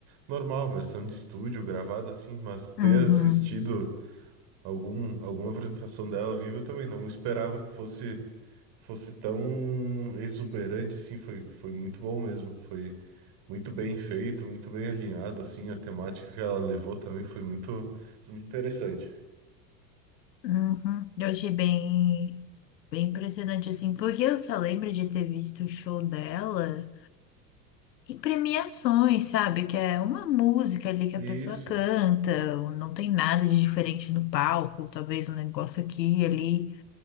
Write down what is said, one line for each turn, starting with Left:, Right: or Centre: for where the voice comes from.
Right: normal, versão de estúdio, gravada, assim, mas ter
Left: Uhum.
Right: assistido algum, alguma apresentação dela viva eu também. Não esperava que fosse fosse tão exuberante assim. Foi, foi muito bom mesmo. Foi muito bem feito, muito bem alinhado assim. A temática que ela levou também foi muito, muito interessante.
Left: Uhum. Eu achei bem, bem impressionante, assim, porque eu só lembro de ter visto o show dela. E premiações, sabe? Que é uma música ali que
Right: Isso.
Left: a pessoa canta, ou não tem nada de diferente no palco, talvez um negócio aqui e ali.